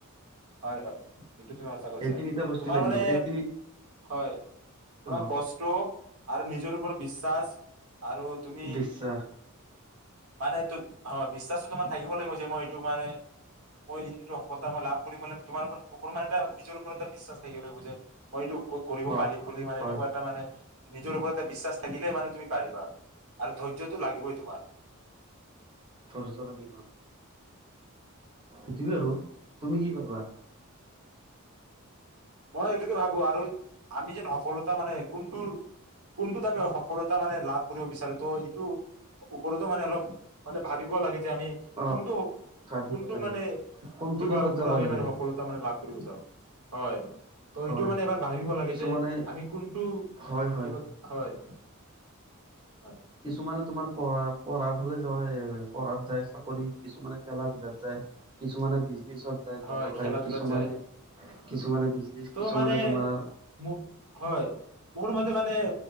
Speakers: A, on the right; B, on the right.
A: হয় এইটো তুমি সঁচা কৈছা
B: এই তিনিটা বস্তু
A: তোমাৰ
B: লাগিব
A: মানে
B: এই তিনি
A: হয় তোমাৰ
B: অ
A: কষ্ট আৰু নিজৰ ওপৰত বিশ্বাস আৰু তুমি
B: বিশ্বাস
A: মানে হয় বিশ্বাসটো তোমাৰ থাকিব লাগিব যে মই এইটো মানে মই এইটো সফলতা মই লাভ কৰিম তোমাৰপ মানে এটা নিজৰ ওপৰত এটা বিশ্বাস থাকিব লাগিব যে মই এইটো <unintelligible> কৰিব
B: হয়
A: পাৰম বুলি মানে
B: হয়
A: এনেকুৱা এটা মানে নিজৰ ওপৰত এটা বিশ্বাস থাকিলে মানে তুমি পাৰিবা। আৰু ধৈয্য টো লাগিবই তোমাৰ <unintelligible>
B: খৰচ লাগিব সেইটো আৰু তুমি কি ভাবা।
A: মই এইটোকে ভাবো আৰু আমি যেন সফলতা মানে কোনটো কোনটোত আমি সফলতা মানে লাভ কৰিব বিচাৰো তো এইটো ওপৰতো মানে অলপ মানে ভাবিব লাগে। যে আমি
B: অ
A: কোনটো
B: ভাবিব
A: কোনটো
B: লাগে
A: মানে
B: কোনটো
A: কিবাৰ
B: দিশত
A: ওপৰত
B: যাব
A: আমি
B: লাগে
A: মান সফলতা মানে লাভ কৰিব চাওঁ হয়। ত
B: হয়
A: এইটো মানে
B: হয়
A: এবাৰ ভাবিব লাগে
B: কিছুমানে
A: যে আমি কোনটো
B: হয় হয়
A: কি হয়। হয়
B: কিছুমানে তোমাৰ পঢ়া পঢ়াৰ ফালে যোৱা পঢ়াত যায় চাকৰিত কিছুমানে খেলা বিলাত যায় কিছুমানে য বয়সায়
A: হয় খেলা ধূলাত
B: কিছুমানে
A: যায়
B: কিছুমানে বিজনে
A: ত'
B: কিছুমানে
A: মানে
B: তোমাৰ।
A: মোৰ হয় মোৰ মতে মানে